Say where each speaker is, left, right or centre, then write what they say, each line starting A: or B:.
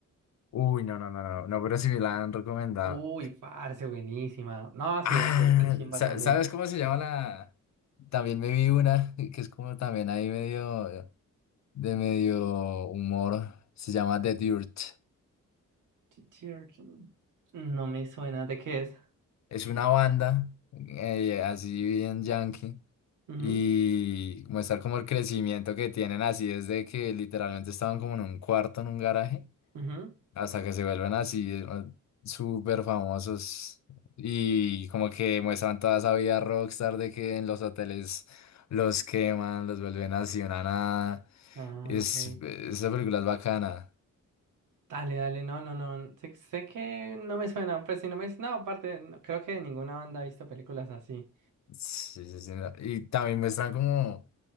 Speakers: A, on the left; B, on the right.
A: Uy, no, no, no, no, no, pero sí me la han recomendado.
B: Uy, parce, buenísima. No, sí,
A: Ah,
B: de de chimba
A: sa-
B: también.
A: ¿sabes cómo se llama la? También me vi una que es como también ahí medio de medio humor. Se llama The Dirt.
B: Ch- Chir- No me suena, ¿de qué es?
A: Es una banda eh, así bien yankee
B: Ujú,
A: y muestra como el crecimiento que tienen así desde que literalmente estaban como en un cuarto en un garaje
B: ujú.
A: hasta que se vuelven así eh, súper famosos y como que muestran toda esa vida rockstar de que en los hoteles los queman, los vuelven así una nada.
B: Ah,
A: Es,
B: ok.
A: esa película es bacana.
B: Dale, dale, no, no, no. Sé, sé que no me suena, pues si no me dices, no, aparte, no, creo que ninguna banda ha visto películas así.
A: Sí, sí, sí. Y también muestran como